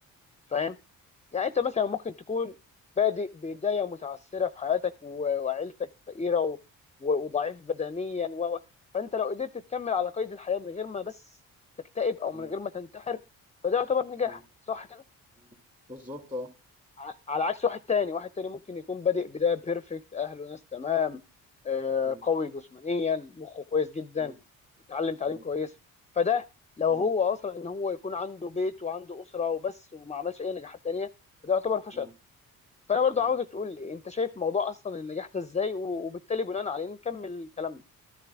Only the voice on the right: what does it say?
م- م-
م-
م- بالظبط اه
مم.
مم.
مم.
مم.
مم.
مم.